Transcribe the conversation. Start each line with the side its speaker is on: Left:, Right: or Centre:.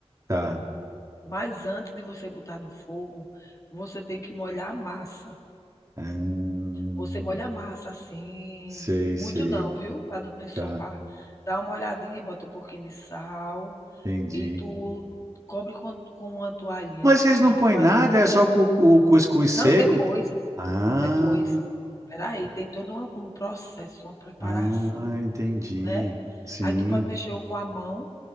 Right: tá.
Left: Mas antes de você botar no fogo, você tem que molhar a massa.
Right: Hum,
Left: Você molha a massa, assim,
Right: sei,
Left: muito
Right: sei,
Left: não, viu, para não ensopar.
Right: tá.
Left: Dá uma olhadinha, bota um pouquinho de sal
Right: Entendi.
Left: e tu cobre com com uma toalhinha,
Right: Mas vocês
Left: uma
Right: não põem
Left: toalhinha
Right: nada, é só o, cu- o cuscuz seco?
Left: não, depois,
Right: Ah,
Left: depois. Espera aí, tem todo uma um processo, uma preparação,
Right: ah, entendi.
Left: né.
Right: Sim,
Left: Aí tu pode mexer ou com a mão